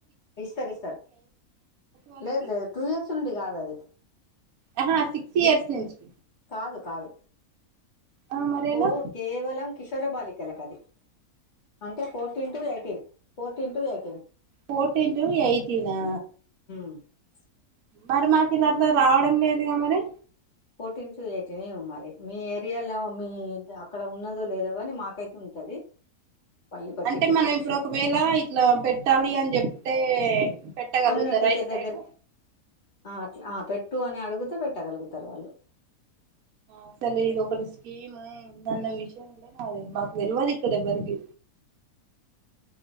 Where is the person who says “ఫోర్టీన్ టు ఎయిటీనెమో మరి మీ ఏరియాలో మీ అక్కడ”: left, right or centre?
Left